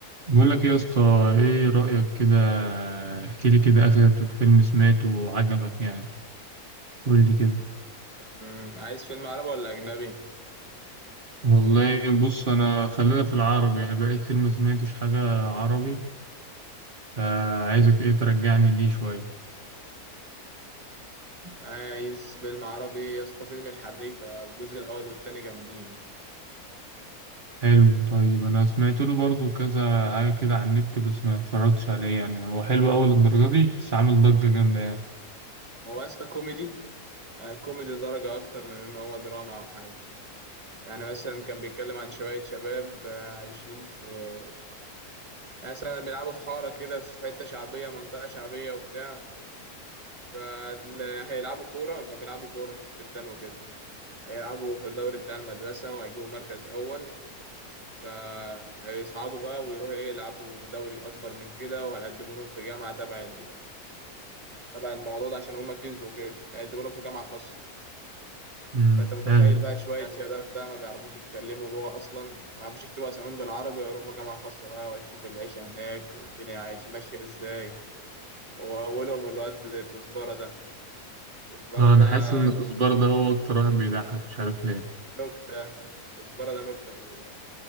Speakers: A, on the right (about 35°); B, on the right (about 20°).
A: بقول لك إيه يا اسطى ايه رأيك كده احكي لي كده اخر فيلم سمعته وعجبك يعني قول لي كده
B: مم. عايز فيلم عربي ولا أجنبي؟
A: والله بص انا خلينا في العربي يعني بقالي كتير ما سمعتش حاجة عربي فعايزك ايه ترجعني ليه شوية
B: عايز فيلم عربي يا اسطى فيلم الحريفة الجزء الأول والتاني جامدين
A: حلو طيب انا سمعت له برضو كذا حاجة كده على النت بس ما اتفرجتش عليه يعني هو حلو اول الدرجة دي بس عامل ضجة جامدة يعني
B: هو يا اسطى كوميدي آه، كوميدي درجة أكتر من إن هو دراما أو حاجة يعني مثلا كان بيتكلم عن شوية شباب آه، عايشين في يعني مثلا بيلعبوا في حارة كده في حتة شعبية منطقة شعبية وبتاع فهيلعبوا كورة كانوا بيلعبوا كورة في الترتان وكده هيلعبوا في الدوري بتاع المدرسة وهيجيبوا مركز أول فهيصعدوا بقى ويروحوا ايه يلعبوا دوري اكبر من كده وهيقدموا لهم في جامعه تبع ال- تبع الموضوع ده عشان هم كسبوا كده هيقدموا لهم في جامعه خاصه
A: امم
B: فانت متخيل
A: حلو
B: بقى شويه شباب بقى ما بيعرفوش يتكلموا لغه اصلا ما بيعرفوش يكتبوا اساميهم بالعربي يروحوا جامعه خاصه بقى ويشوفوا العيشه هناك والدنيا عايش ماشيه ازاي واولهم الواد كزبره ده كزبره
A: اه انا
B: ده
A: حاسس ان كزبرة
B: نك-
A: ده هو اكتر واحد بيضحك مش عارف ليه
B: نكته كزبره ده نكته في البدايه